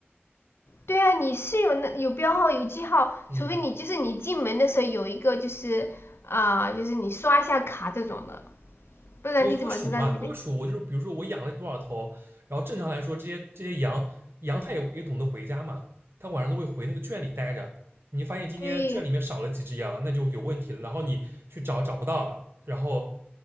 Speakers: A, on the left; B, on the right.
A: 对啊，你是有那有标号有记号，
B: 嗯
A: 除非你就是你进门的时候有一个就是啊、呃就是你刷一下卡这种的，不然你怎么知道你的？
B: 没有，它会数嘛，它会数。我就是比如说我养了多少头，然后正常来说，这些这些羊羊它也也懂得回家嘛，它晚上都会回那个圈里待着。你发现今天圈里面少了几只羊，
A: 对
B: 那就有问题了。然后你去找找不到，然后